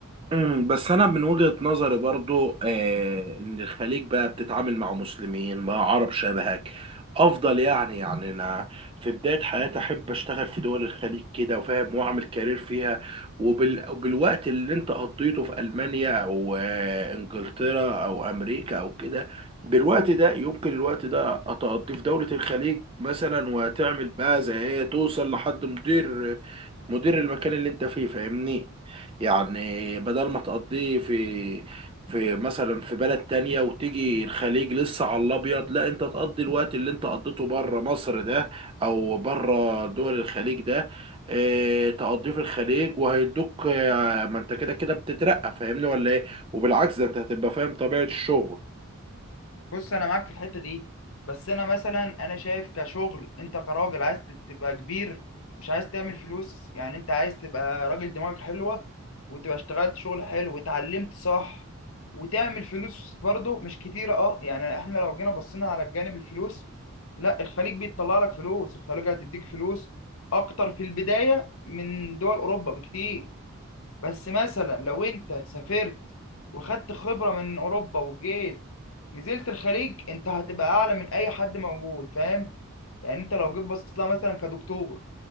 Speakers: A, on the right; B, on the left.
A: امم بس انا من وجهة نظري برضو آه ان الخليج بقى بتتعامل مع مسلمين مع عرب شبهك افضل يعني يعني انا في بداية حياتي احب اشتغل في دول الخليج كده وفاهم واعمل كارير فيها وبال... وبالوقت اللي انت قضيته في المانيا او آه انجلترا او امريكا او كده بالوقت ده يمكن الوقت ده اتقضيه في دولة الخليج مثلا وتعمل بقى زي ايه توصل لحد مدير مدير المكان اللي انت فيه فاهمني يعني بدل ما تقضيه في في مثلا في بلد تانية وتيجي الخليج لسه على الأبيض لا انت تقضي الوقت اللي انت قضيته بره مصر ده أو بره دول الخليج ده اه تقضيه في الخليج وهيدوك اه ما انت كده كده بتترقى فاهمني ولا ايه وبالعكس ده انت هتبقى فاهم طبيعة الشغل
B: بص انا معاك في الحته دي بس انا مثلا انا شايف كشغل انت كراجل عايز تبقى كبير مش عايز تعمل فلوس يعني انت عايز تبقى راجل دماغك حلوه وتبقى اشتغلت شغل حلو واتعلمت صح وتعمل فلوس برضه مش كتيره اه يعني احنا لو جينا بصينا على الجانب الفلوس لا الخليج بيطلع لك فلوس الخليج هتديك فلوس اكتر في البدايه من دول اوروبا بكتير بس مثلا لو انت سافرت وخدت خبرة من اوروبا وجيت نزلت الخليج انت هتبقى اعلى من اي حد موجود فاهم يعني انت لو جيت بصيت لها مثلا كدكتور